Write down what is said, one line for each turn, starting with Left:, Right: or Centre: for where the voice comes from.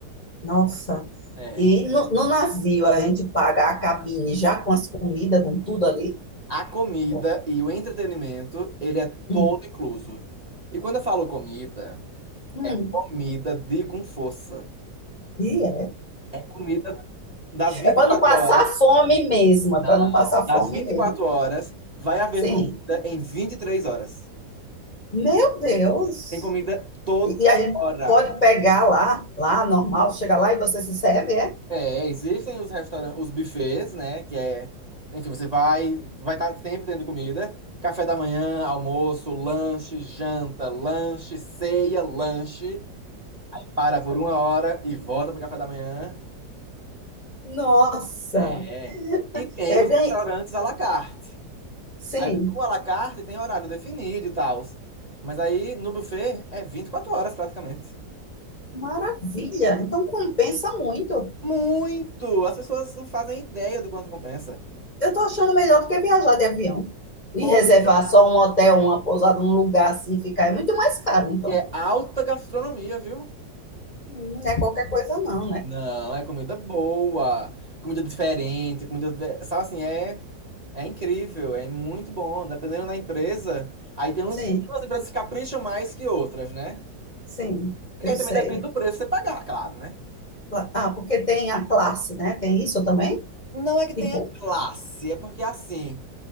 Left: nossa.
Right: É.
Left: E no, no navio a gente paga a cabine já com as comidas, com tudo ali.
Right: A comida
Left: Pô,
Right: e o entretenimento, ele é todo
Left: Hum,
Right: incluso. E quando eu falo comida,
Left: hum.
Right: é comida de com força.
Left: E é.
Right: É comida das vinte
Left: É para
Right: e quatro
Left: não passar
Right: horas.
Left: fome mesmo, é
Right: não.
Left: para não passar
Right: Das
Left: fome
Right: vinte
Left: mesmo.
Right: e quatro horas, vai haver
Left: Sim.
Right: comida em 23 horas.
Left: Meu Deus!
Right: Tem comida toda
Left: E, e a gente
Right: hora.
Left: pode pegar lá, lá normal, chega lá e você se serve, é?
Right: É, existem os restaurantes, os buffets, né? Que é, enfim, você vai, vai estar sempre tendo comida. Café da manhã, almoço, lanche, janta, lanche, ceia, lanche. Para por uma hora e volta pro café da manhã.
Left: Nossa,
Right: É. E tem
Left: é
Right: os
Left: ganha...
Right: restaurantes à la carte.
Left: Sim,
Right: Aí no à la carte tem horário definido e tal. Mas aí no buffet é 24 horas praticamente.
Left: maravilha. Então compensa muito.
Right: Muito! As pessoas não fazem ideia do quanto compensa.
Left: Eu estou achando melhor do que viajar de avião e
Right: Pois
Left: reservar só um hotel, uma pousada, um lugar assim, ficar. É muito mais caro, então.
Right: é alta gastronomia, viu?
Left: Não é qualquer coisa, não, né?
Right: Não, é comida boa, comida diferente, comida, ve- sabe assim, é é incrível, é muito bom, dependendo da empresa. Aí tem uns,
Left: Sim,
Right: tem umas empresas que capricham mais que outras, né?
Left: sim,
Right: E
Left: eu
Right: aí
Left: sei.
Right: também depende do preço que você pagar, claro, né?
Left: Cla- Ah, porque tem a classe, né? Tem isso também?
Right: Não é que tenha
Left: Tipo,
Right: classe, é porque assim,